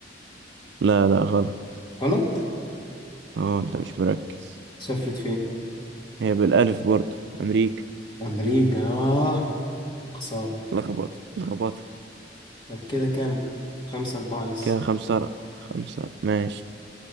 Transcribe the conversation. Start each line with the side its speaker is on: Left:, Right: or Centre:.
Right: لا لا غلط
Left: غلط
Right: اه انت مش مركز
Left: سافرت فين؟
Right: هي بالالف برضو امريكا
Left: أمريكا آه خسارة
Right: لخبط لخبطة
Left: طب كده كام؟ خمسة أربعة لسه
Right: كده خمسة خمسة ماشي